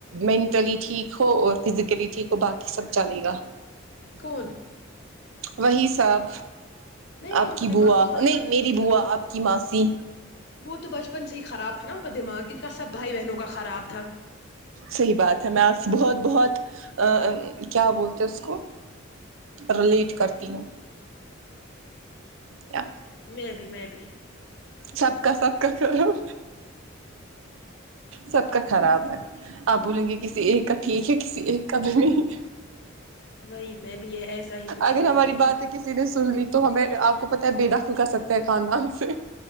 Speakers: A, on the right; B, on the left.
A: مینٹلی ٹھیک ہو اور فزیکلی ٹھیک ہو باقی سب چلے گا
B: کول
A: وہی سب
B: نہیں نہیں
A: آپ
B: ان
A: کی
B: کا دماغ
A: بوا
B: تو بچپن
A: نہیں میری
B: سے ہی
A: بوا
B: تھا
A: آپ کی ماسی
B: وہ تو بچپن سے ہی خراب تھا نا ان کا دماغ ان کا سب بھائی بہنوں کا خراب تھا
A: صحیح بات ہے میں آپ سے بہت بہت ا کیا بولتے اس کو ریلیٹ کرتی ہوں یا
B: میں بھی میں بھی
A: سب کا سب کا کرو سب کا خراب ہے آپ بولیں گے کسی ایک کا ٹھیک ہے کسی ایک کا بھی نہیں
B: وہی میں بھی یہ ایسا ہی کچھ
A: اگر ہماری
B: دیکھ رہی
A: باتیں کسی نے سن لی تو ہمیں آپ کو پتا ہے بے دخل کر سکتے ہیں خاندان سے